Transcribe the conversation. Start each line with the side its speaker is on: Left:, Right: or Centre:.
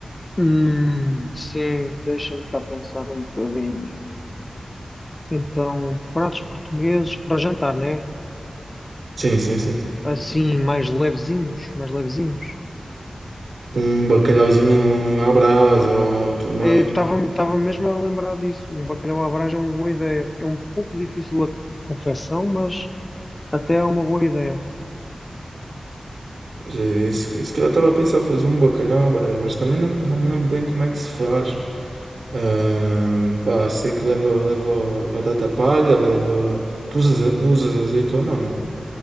Left: Hum, sim, deixa-me cá pensar um bocadinho. Então, pratos portugueses para jantar, né?
Right: Sim, sim, sim, sim.
Left: Assim, mais levezinhos, mais levezinhos.
Right: Tipo um bacalhauzinho à brás ou tudo mais.
Left: Estava estava mesmo a lembrar disso. Um bacalhau à Brás é uma boa ideia. É um pouco difícil a confecção, mas até é uma boa ideia.
Right: Pois é, se, se calhar estava a pensar fazer um bacalhau à brás, mas também não, não me lembro bem como é que se faz. Ahm, pá, sei que leva, leva batata palha, leva. Tu usas, usas azeitona ou não?